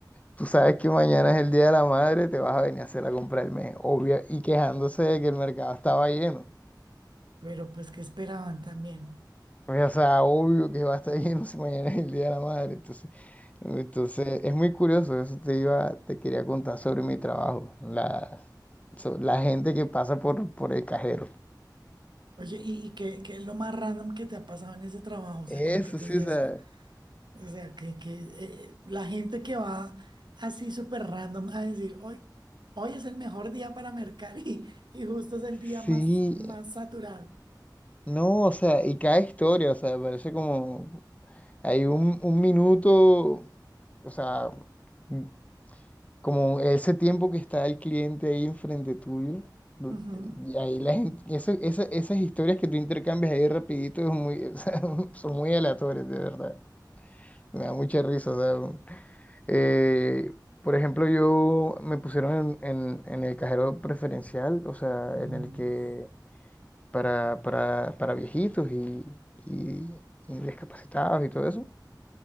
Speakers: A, on the left; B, on the right.
A: tú sabes que mañana es el Día de la Madre, te vas a venir a hacer la compra del mes, obvio, y quejándose de que el mercado estaba lleno.
B: Pero pues, ¿qué esperaban también?
A: Pues, O sea, obvio que va a estar <laughs> lleno si mañana es el Día de la Madre. Entonces, Entonces, es muy curioso, eso te iba, te quería contar sobre mi trabajo, la, so- la gente que pasa por, por el cajero.
B: Oye, ¿y, y qué, qué es lo más random que te ha pasado en ese trabajo? O
A: Eso
B: sea, como que te
A: sí,
B: digas,
A: o sea,
B: O sea, que, que eh, la gente que va así súper random a decir, hoy, hoy es el mejor día para mercar <laughs> y, y justo es el día
A: sí,
B: más, más saturado.
A: no, o sea, y cada historia, o sea, parece como, hay un, un minuto, o sea, mm, como ese tiempo que está el cliente ahí enfrente tuyo, du-
B: Ujú,
A: y ahí la gente, eso- esa- esas historias que tú intercambias ahí rapidito es muy, <laughs> o sea, son muy aleatorias, de verdad. Me da mucha risa, o sea, Eh, por ejemplo, yo me pusieron en, en- en el cajero preferencial, o sea,
B: ujú.
A: en el que para, para, para viejitos y, y- y discapacitados y todo eso.